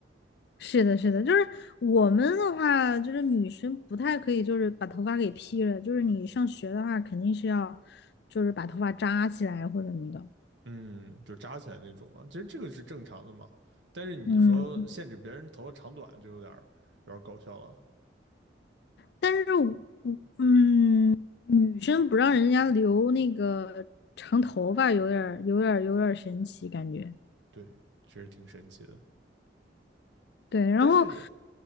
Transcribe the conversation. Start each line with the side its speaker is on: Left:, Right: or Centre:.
Left: 是的，是的，就是我们的话，就是女生不太可以，就是把头发给披了，就是你上学的话，肯定是要就是把头发扎起来或者什么的。
Right: 嗯，就扎起来那种嘛。其实这个是正常的嘛，但是你说限制别人头发长短，
Left: 嗯，
Right: 就有点儿有点儿搞笑了。
Left: 但是我嗯，女生不让人家留那个长头发，有点儿有点儿有点儿神奇感觉。
Right: 对，确实挺神奇的。
Left: 对，然后
Right: 但是